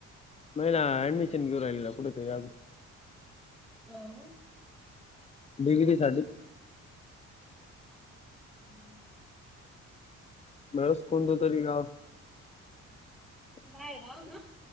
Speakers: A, on the left (about 20°); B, in the centre.
A: महिला अडमिशन घेऊन राहिल्या कुठंय तर आजुन
B: हअं
A: डिग्री साठीच
B: हं!
A: मळअस कोणत्या तरी गावात
B: बाहेर आवका?